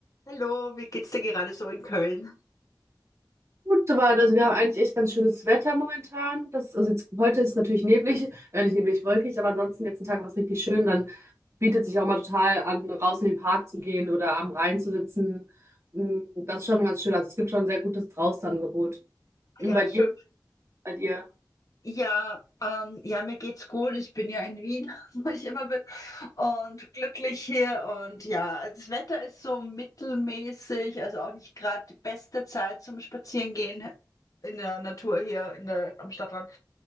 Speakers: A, on the left; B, on the right.
A: Hallo, wie geht's dir gerade so in Köln?
B: Gut soweit. Also wir haben eigentlich echt ganz schönes Wetter momentan. Das, also jetzt, heute ist natürlich neblig, äh, nicht neblig, wolkig, aber ansonsten die letzten Tage war es richtig schön. Dann bietet sich auch mal total an, raus in den Park zu gehen oder am Rhein zu sitzen. Mm, Das ist schon ganz schön. Also es gibt schon ein sehr gutes Draußenangebot.
A: Ah
B: Und
A: Ja,
B: bei dir,
A: schön.
B: bei dir.
A: Ja, ähm, ja, mir geht's gut. Ich bin ja in Wien, <laughs> wo ich immer bin, und glücklich hier. Und ja, das Wetter ist so mittelmäßig, also auch nicht gerade die beste Zeit zum Spazierengehen in der Natur hier in der, am Stadtrand.